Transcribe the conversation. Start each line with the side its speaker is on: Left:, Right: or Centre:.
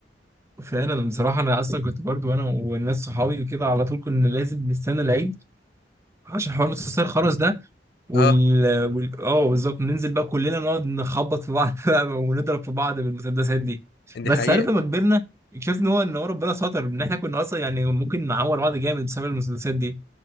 Right: فعلا بصراحة أنا أصلا كنت برضو أنا والناس صحابي كده على طول كنا لازم نستنى العيد عشان حوار نص الساعة الخرز ده وال,
Left: اه
Right: وال... آه بالظبط ننزل بقى كلنا نقعد نخبط في بعض <laughs> بقى ونضرب في بعض بالمسدسات دي
Left: دي
Right: بس
Left: حقيقة
Right: عارف لما كبرنا اكتشفت إن هو إن هو ربنا ستر إن إحنا كنا أصلا يعني ممكن نعور بعض جامد بسبب المسدسات دي